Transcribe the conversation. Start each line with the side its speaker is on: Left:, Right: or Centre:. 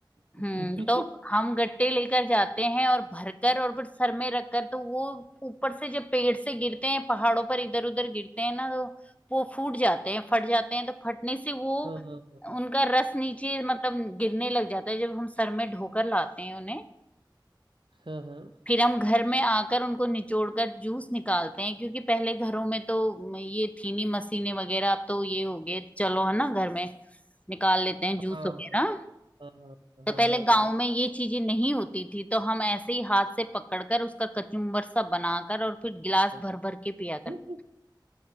Right: <laughs>
Left: हम्म तो क्योंकि हम गट्टे लेकर जाते हैं और भरकर और फिर सर में रखकर तो वो ऊपर से जब पेड़ से गिरते हैं पहाड़ों पर इधर उधर गिरते हैं ना तो वो फूट जाते हैं फट जाते हैं तो फटने से वो
Right: हाँ हाँ
Left: उनका रस नीचे मतलब गिरने लग जाता है जब हम सर में ढोकर लाते हैं उन्हें
Right: हाँ हाँ
Left: फिर हम घर में आकर उनको निचोड़ कर जूस निकालते हैं क्योंकि पहले घरों में तो ये थी नहीं मशीनें वगैरह अब तो ये हो गए चलो है ना घर में निकाल लेते हैं जूस
Right: हाँ
Left: वगैरह
Right: हाँ हाँ हाँ
Left: तो
Right: हाँ,
Left: पहले गांव में ये चीजें नहीं होती थी तो हम ऐसे ही हाथ से पकड़कर उसका कचुम्बर सा बनाकर और फिर गिलास
Right: हाँ,
Left: भर भर के पिया करते
Right: हाँ,